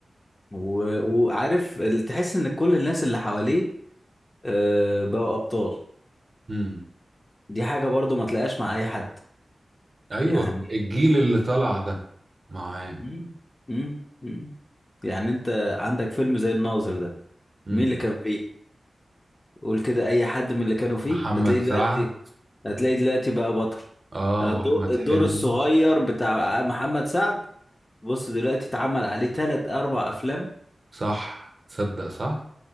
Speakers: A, on the left (about 30°); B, on the right (about 40°).
A: و- وعارف ال- تحس ان كل الناس اللي حواليه آه، بقوا ابطال
B: امم
A: دي حاجه برضو ما تلاقاش مع اي حد
B: ايوه
A: يعني
B: الجيل اللي طلع ده معاه
A: مم. مم. مم. يعني انت عندك فيلم زي الناظر ده
B: امم
A: مين اللي كان فيه قول كده اي حد من اللي كانوا فيه
B: محمد
A: هتلاقي
B: سعد
A: دلوقتي هتلاقي دلوقتي بقى بطل
B: اه
A: الدو-
B: واحمد
A: الدور
B: حلمي
A: الصغير بتاع محمد سعد بص دلوقتي اتعمل عليه ثلاث اربع افلام
B: صح تصدق صح